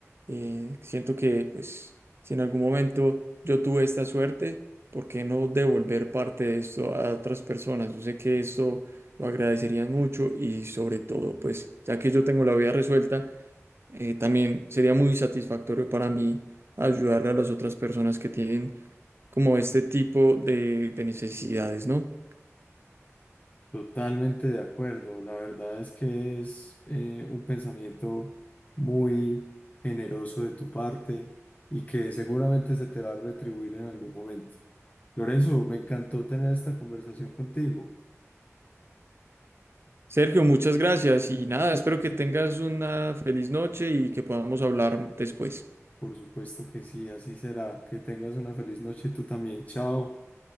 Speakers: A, on the right (about 55°); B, on the left (about 30°).
A: Eh, siento que, pues, si en algún momento yo tuve esta suerte, ¿por qué no devolver parte de esto a otras personas? Yo sé que esto lo agradecerían mucho y sobre todo, pues, ya que yo tengo la vida resuelta, eh, también sería muy satisfactorio para mí ayudarle a las otras personas que tienen como este tipo de, de necesidades, ¿no?
B: Totalmente de acuerdo. La verdad es que es eh, un pensamiento muy generoso de tu parte y que seguramente se te va a retribuir en algún momento. Lorenzo, me encantó tener esta conversación contigo.
A: Sergio, muchas gracias y nada, espero que tengas una feliz noche y que podamos hablar después.
B: Por supuesto que sí, así será. Que tengas una feliz noche tú también. Chao.